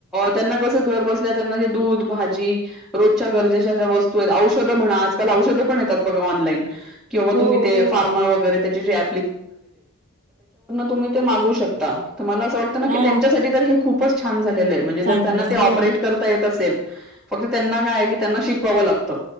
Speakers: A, in the centre; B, on the right (about 35°).
A: त्यांना कस घर बसल्या त्यांना दूध, भाजी रोजच्या गरजेच्या वस्तू आहेत औषधं म्हणा आजकाल औषधं पण येतात बघा ऑनलाईन किंवा
B: हो
A: तुम्ही ते
B: हो
A: फार्मा वगैरे त्याच्या तुम्ही ते मागू शकता. मला असं वाटतं ना
B: हा
A: की त्यांच्यासाठी हे खूपच छान झालेलं आहे म्हणजे जर
B: चांगलंय
A: त्यांना ते ऑपरेट
B: हो
A: कर फक्त त्यांना काय कि त्यांना शिकवावं लागत